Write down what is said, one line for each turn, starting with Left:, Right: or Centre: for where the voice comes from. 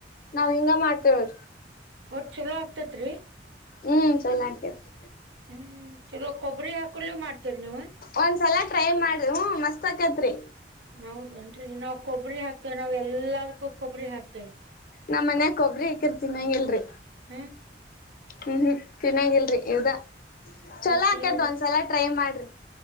Left: ನಾವ್ ಹಿಂಗ ಮಾಡ್ತಳಿ
Right: ಒಟ್ ಚಲೋ ಆಗ್ತೇತ್ರಿ
Left: ಹ್ಮ್ ಚಲ ಆಕೇತಿ
Right: ಹ್ಮ್ ಚಲೋ ಕೊಬ್ಬರಿ ಹಾಕಲ ಮಾಡ್ತೀರಿ ನೀವು
Left: ಒಂದ್ಸಲ ಟ್ರೈ ಮಾಡ ಹ ಮಸ್ತ್ ಆಕೇತ್ರಿ
Right: ಹೌದನ್ರಿ ನಾಾವವು ಕೊಬ್ಬರಿ ಹಾಕ್ತೆೇವೆ ನಾವ್ ಎಲ್ಲದಕ್ಕೂ ಕೊಬ್ಬರಿ ಹಾಕ್ತೆೇವೆ
Left: ನಮ್ಮ್ ಮನ್ಯ ಕೊಬರಿ ಇಕರ್ ಚೆನ್ನಾಗಿಲ್ರಿ
Right: ಹ್ಮ
Left: ಹ್ಮ್್ಮ ಚೆನ್ನಾಗಿಲ್ರಿ ಯದ ಚೊಲೋ
Right: ಚಲೋ
Left: ಆಕ್ಯದ ಒಂದ್ಸಲ ಟ್ರೈ ಮಾಡ್ರಿ